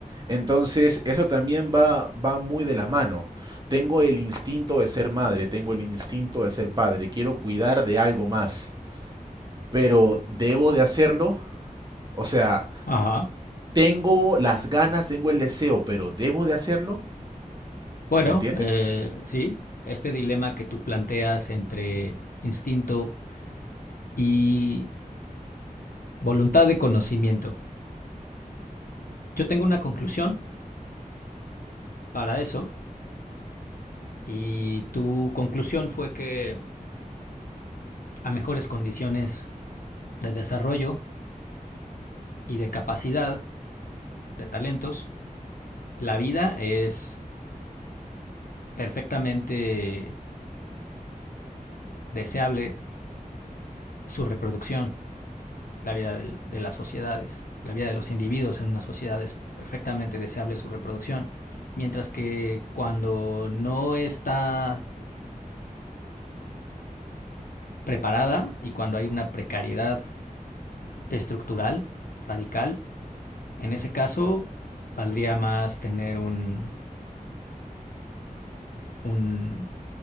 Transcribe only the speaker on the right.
Entonces, eso también va, va muy de la mano. Tengo el instinto de ser madre, tengo el instinto de ser padre, quiero cuidar de algo más, pero ¿debo de hacerlo? O sea,
tengo las ganas, tengo el deseo, pero ¿debo de hacerlo?
¿Me entiendes?